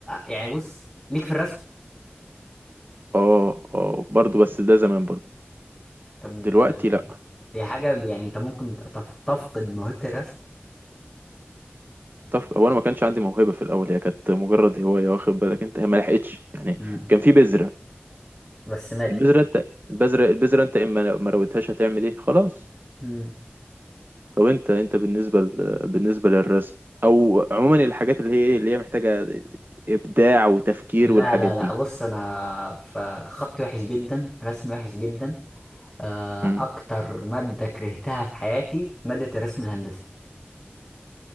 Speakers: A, in the centre; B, on the right (about 55°).
A: يعني بص ليك في الرسم
B: اه اه برضه بس ده زمان برضه
A: طب
B: دلوقتي لا
A: هي حاجة يعني انت ممكن تف... تفقد موهبة الرسم
B: طف هو انا ما كانش عندي موهبة في الأول هي كانت مجرد هواية واخد بالك أنت هي ما لحقتش يعني
A: مم.
B: كان في بذرة
A: بس ماتت
B: البذرة أنت البذرة البذرة أنت إما ما رويتهاش هتعمل إيه خلاص
A: مم.
B: طب انت انت بالنسبه ل... بالنسبه للرسم او عموما الحاجات اللي هي ايه اللي هي محتاجه ابداع وتفكير
A: لا
B: والحاجات
A: لا
B: دي
A: لا بص انا في خط وحش جدا رسم وحش جدا آه،
B: مم.
A: اكتر مادة كرهتها في حياتي مادة الرسم الهندسي